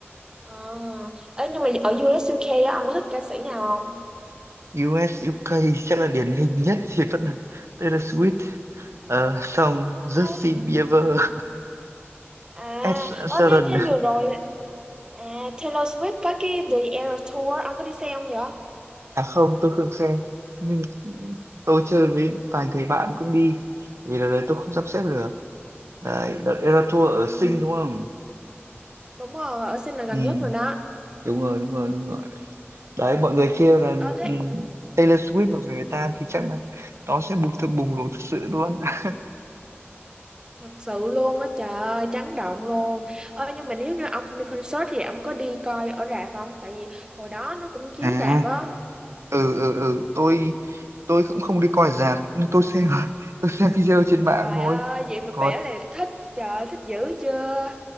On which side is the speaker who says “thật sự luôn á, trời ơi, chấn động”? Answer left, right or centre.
Right